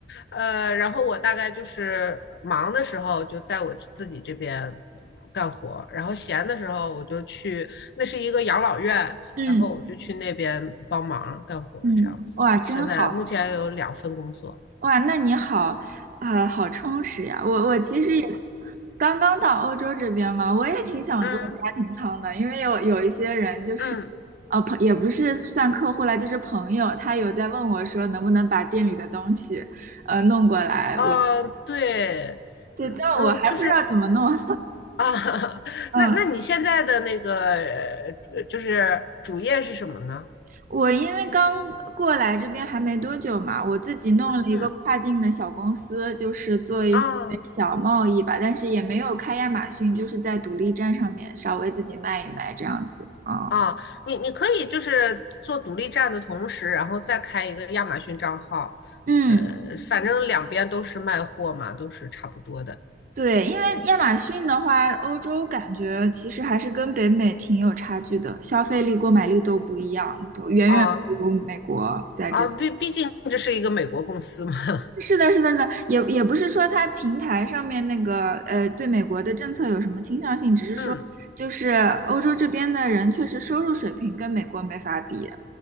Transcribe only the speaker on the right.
嗯。
嗯，哇，真好，
哇，那你好，呃，好充实呀。我我其实也刚刚到欧洲这边嘛，我也挺想做家庭舱的，
因为有有一些人就是，
呃，朋也不是算客户啦，就是朋友，他有在问我说能不能把店里的东西，呃，弄过来，
我
对，
但我还不知道怎么弄。
<laughs>
嗯
我因为刚过来这边还没多久嘛，我自己弄了一个跨境的小公司，
就是做一些小贸易吧，
但是也没有开亚马逊，就是在独立站上面稍微自己卖一卖这样子啊。
嗯，
对，因为亚马逊的话，欧洲感觉其实还是跟北美挺有差距的，消费力、购买力都不一样，不远远不如美国在这。
是的，是的，是的，也也不是说它平台上面那个呃对美国的政策有什么倾向性，只是说就是欧洲这边的人确实收入水平跟美国没法比，